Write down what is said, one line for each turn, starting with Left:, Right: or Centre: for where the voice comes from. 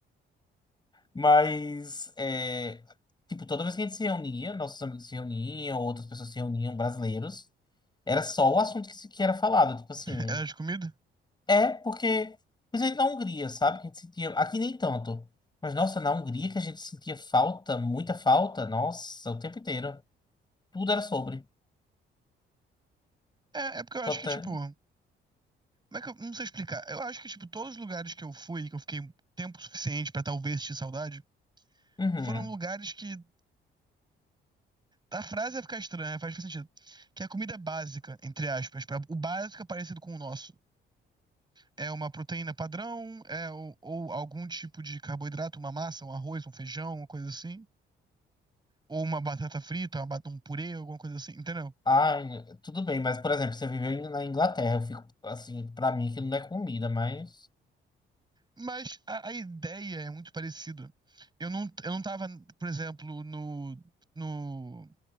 Left: Mas, é, tipo, toda vez que a gente se reunia, nossos amigos se reuniam, outras pessoas se reuniam, brasileiros. Era só o assunto que, se- que era falado. Tipo assim,
Right: É de comida?
Left: é porque, principalmente na Hungria, sabe? Que a gente sentia, aqui nem tanto. Mas, nossa, na Hungria que a gente sentia falta, muita falta, nossa, o tempo inteiro. Tudo era sobre.
Right: É, é porque eu
Left: Tô
Right: acho
Left: até.
Right: que, tipo. Como é que eu. Não sei explicar. Eu acho que, tipo, todos os lugares que eu fui, que eu fiquei tempo suficiente pra talvez sentir saudade,
Left: Uhum.
Right: foram lugares que. A frase vai ficar estranha, faz sentido. Que a comida é básica, entre aspas. pra- O básico é parecido com o nosso. É uma proteína padrão, é, ou, ou algum tipo de carboidrato, uma massa, um arroz, um feijão, uma coisa assim. Ou uma batata frita, uma, bat- um purê, alguma coisa assim, entendeu?
Left: Ai, tudo bem, mas, por exemplo, você viveu em- na Inglaterra, eu fico assim, pra mim que não é comida, mas.
Right: Mas a, a ideia é muito parecida. Eu não, eu não tava, por exemplo, no, no,